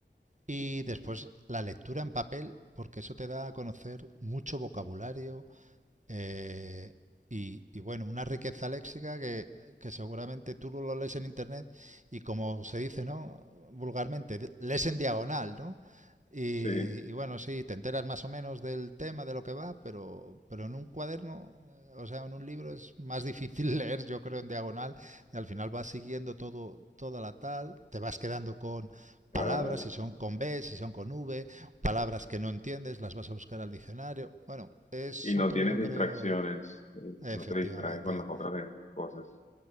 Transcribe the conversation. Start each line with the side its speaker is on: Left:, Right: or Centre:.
Right: Y después la lectura en papel, porque eso te da a conocer mucho vocabulario eh, y, y, bueno, una riqueza léxica que, que seguramente tú lo lees en internet y como se dice, ¿no? Vulgarmente, lees en diagonal, ¿no? Y,
Left: Sí,
Right: y bueno, sí, te enteras más o menos del tema, de lo que va, pero, pero en un cuaderno eh, o sea, en un libro es más difícil <laughs> leer, yo creo, en diagonal. Y al final vas siguiendo todo, toda la tal, te vas quedando con
Left: claro.
Right: palabras, si son con B, si son con V, palabras que no entiendes, las vas a buscar al diccionario. Bueno, es
Left: Y no
Right: otro,
Left: tienes
Right: yo
Left: distracciones,
Right: creo,
Left: eh,
Right: efectivamente,
Left: no te distraes con las otras eh, cosas.